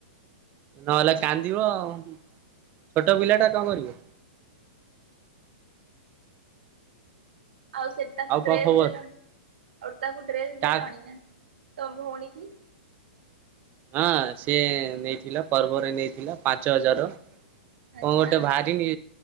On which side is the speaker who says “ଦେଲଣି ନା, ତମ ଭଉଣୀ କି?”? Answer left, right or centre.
Right